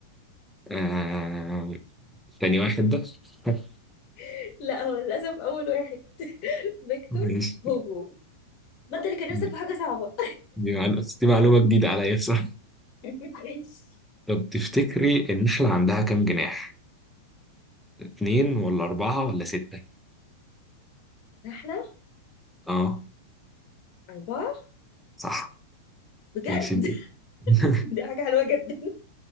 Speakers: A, in the centre; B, on the left.
A: آه... تاني واحد ده <laughs>
B: <laughs> لا هو للأسف أول واحد فيكتور
A: ماشي
B: هوجو ما انت اللي كان نفسك
A: دي
B: في حاجه صعبه
A: دي معلومة بس دي معلومة جديدة عليا بصراحة
B: <laughs> ماشي
A: طب تفتكري النحلة عندها كام جناح؟ اتنين ولا أربعة ولا ستة؟
B: نحله
A: اه
B: اربعه
A: صح
B: بجد
A: ماشي انت
B: <laughs>
A: <laughs>
B: دي حاجه حلوه جدا